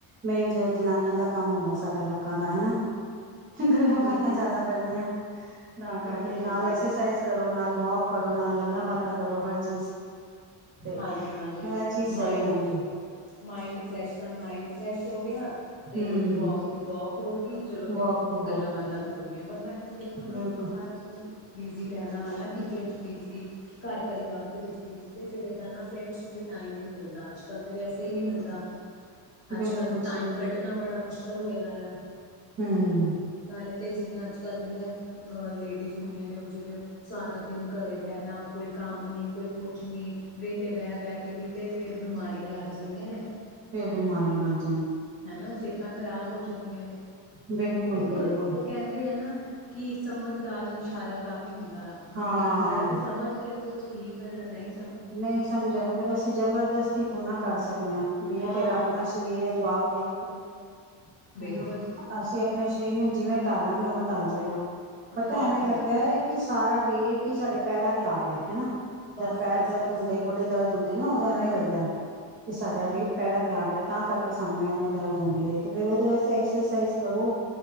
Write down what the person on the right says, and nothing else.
ਮੇਨ ਜੋ ਜਨਾਨੀਆਂ ਦਾ ਕੰਮ ਹੁੰਦਾ ਸਾਡਾ ਲੋਕਾਂ ਦਾ ਹਨਾ। ਗੱਲਾਂ
ਬਾਤਾਂ ਜ਼ਿਆਦਾ ਕਰਨੀਆਂ ਤਾਂ
ਕਰਕੇ ਨਾਲ
ਐਕਸਰਸਾਈਜ਼ ਕਰੋ ਨਾਲ ਵੋਕ ਕਰੋ ਨਾ ਗੱਲਾਂ ਬਾਤਾਂ ਕਰੋ ਹਰ ਚੀਜ਼ ਤੇ
ਇਹ ਚੀਜ਼
ਸਹੀ ਰਹਿੰਦੀ ਹੈ
ਹੂੰ
ਵੋਕ ਦੀ ਵੋਕ
ਗਈ
ਬਿਲਕੁਲ
ਬਿਲਕੁਲ
ਜੀ
ਹਮ
ਫੇਰ ਬਿਮਾਰੀਆਂ ਲਗ ਜਾ
ਬਿਲਕੁਲ
ਬਿਲਕੁਲ
ਹਾਂ
ਨਹੀਂ ਸਮਝਿਆ ਤੇ ਫੇਰ ਅਸੀਂ ਜਬਰਦਸਤੀ ਥੋੜਾ ਨਾ ਕਰ ਸਕਣੇ ਹਾਂ ਬਈ
ਐ ਤੇਰਾ ਆਪਣਾ ਸਰੀਰ ਹੈ। ਸੁਆਬ ਦੇਖ ਕੇ। <inaudible>
ਹਨਾ ਅਸੀਂ ਆਪਣੇ ਸਰੀਰ ਨੂੰ ਜਿਵੇਂ ਢਾਲਾਂਗੇ ਉਵੇਂ ਢਲ ਜੇਗਾ। ਪਤਾ
ਐਵੇਂ ਲੱਗਦਾ
ਹੈ ਕਿ ਸਾਰਾ ਵੇਟ ਟੀ ਸਾਡੇ ਪੈਰਾਂ ਤੇ ਆ ਗਿਆ ਹਨਾ।
ਜਦ ਦਰਦ
ਹੁੰਦੇ
ਗੋਡੇ ਦਰਦ ਹੁੰਦੇ ਨਾ ਉਹਦ ਐਵੇਂ ਹੀ ਲੱਗਦਾ ਹ ਕਿ ਸਾਡਾ
ਵੇਟ ਪਹਿਰਾ ਤਿਆਗ ਗਿਆ ਤਾਂ ਕਰਕੇ ਸਾਨੂੰ ਇਨੇ ਦਰਦ ਹੁੰਂਦੀ ਹੈ ਤੇ ਫੇਰ ਉਹਦੇ ਕੇ ਕੇ ਸਾਨੰ ੲੰਣ ਦਰਰ ਹੰਦਾ ਏ ਵਾਸਤੇ ਐਕਸਰਸਾਈਜ਼ ਕਰੋ